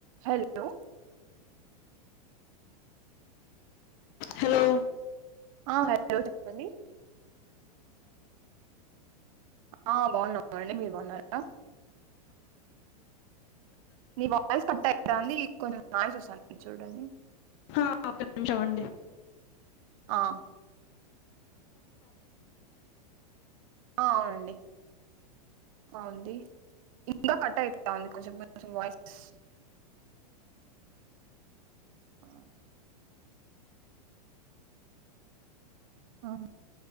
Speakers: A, on the right (about 55°); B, on the left (about 45°).
A: హలో
B: హలో
A: ఆ హలో చెప్పండి ఆ బాగున్నా అండి మీరు బాగున్నారా నీ వాయిస్ కట్ అయి అంది కొంచెం నాయిస్ వస్తుాంది చూడండి
B: హ చవండి
A: ఆ! ఆ అండి అ వుంది ఇంకా కట్ అయిత ఉంది కొంచెం కొంచం వాయిస్ ఆ! ఆ